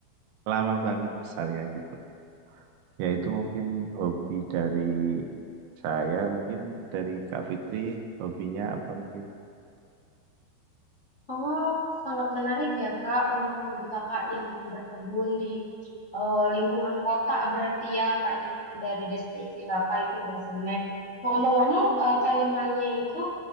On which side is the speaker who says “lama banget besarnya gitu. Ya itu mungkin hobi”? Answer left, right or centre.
Right